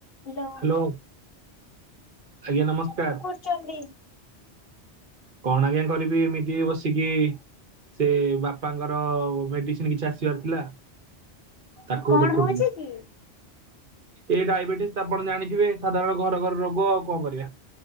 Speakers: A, on the left; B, on the right.
A: Hello
B: hello ଆଜ୍ଞା ନମସ୍କାର।
A: ଚନ୍ଦି।
B: କଣ ଆଜ୍ଞା କରିବି ଏମିତି ବସିକି ସେ ବାପାଙ୍କର ମେଡିସିନ କିଛି ଆସିବାର ଥିଲା ତାକୁ
A: କଣ
B: ଦେଖୁଥିଲି।
A: ହଉଛି କି?
B: ଏଇ ଡାଇବେଟିସ୍ ତ ଆପଣ ଜାଣିଥିବେ ସାଧାରଣ ଘର ଘର ରୋଗ ଆଉ କଣ କରିବା।